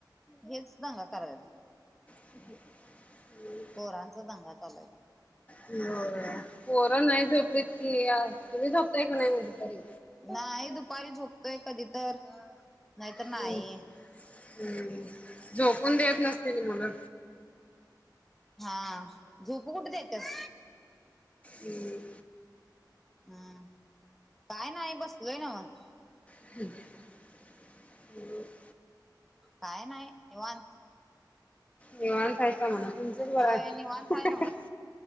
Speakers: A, in the centre; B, on the left.
A: हेच दांग करायच
B: ह ह
A: पोरांचा दंगा चालायच
B: हो पोरं नाही झोपलीत की तुम्ही झोपताय का नाही म्हटलं
A: नाही दुपारी झोपतोय कधी तर नाहीत नाही
B: हम्म, हम्म. झोपून देत नसतील मुलं.
A: हा झूपू कुठे देतच
B: हम्म
A: हम्म काय नाही बसलोय ना मग
B: ह
A: काय नाही निवांत
B: निवांत आहे का म्हणा तुमचंच बरं
A: होय
B: आहे
A: निवांत
B: हा
A: नव्ह
B: हा